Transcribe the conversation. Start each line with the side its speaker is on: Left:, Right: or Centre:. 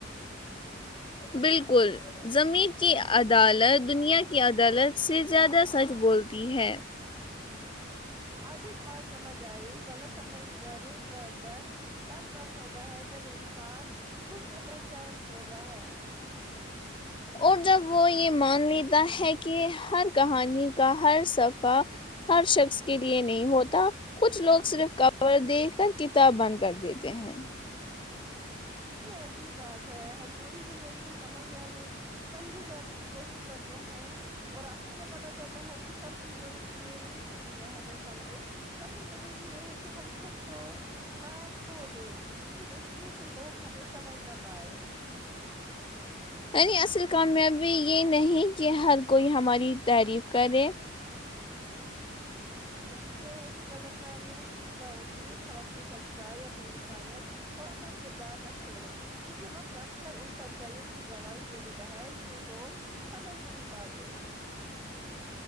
Left: بالکل زمیر کی عدالت دنیا کی عدالت سے زیادہ سچ بولتی ہے
Right: آج ایک بات سمجھ آئی غلط سمجھ جانے کا در تب کم ہوتا ہے جب انسان خود کو پہچان لیتا ہے
Left: اور جب وہ یہ مان لیتا ہے کہ ہر کہانی کا ہر صفہ ہر شخص کے لیے نہیں ہوتا کچھ لوگ صرف کور دیکھ کر کتاب بند کر دیتے ہیں
Right: کتنی عجیب بات ہے ہم پوری زندگی سمجھ جے سمجھے جانے کی کوشش کرتے ہیں اور آخر میں پتا چلتا ہے کہ سب سے ضروری یہ نہیں کہ دنیا ہمیں سمجھے سب سے ضروری یہ ہے کہ ہم خود کو نہ کھو دیں صرف اس لیے کہ لوگ ہمیں سمجھ نہ پائے
Left: یعنی اصل کامیابی یہ نہیں کہ ہر کوئی ہماری تعریف کرے
Right: بلکہ یہ ہے کہ غلط فہمیوں کی باوجود ہم اپنی سچائی اپنی انسانیت اور اپنا کردار نہ چھوڑے کیونکہ وقت اکثر ان سچائیوں کی گواہی دے دیتا ہے جنہیں لوگ سمجھ نہیں پاتے